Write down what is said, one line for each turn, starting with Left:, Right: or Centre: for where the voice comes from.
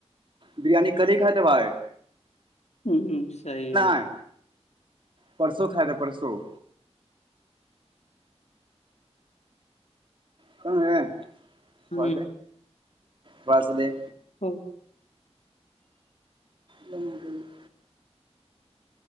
Right: بریانی کدھی کھات تھے بھائیر
Left: ہ ہ صحیح ہے
Right: آئے پرسوں کھائے تھا پرسوں <inaudible>
Left: ہ
Right: فس دفس دے
Left: ہاں
Right: لگا لری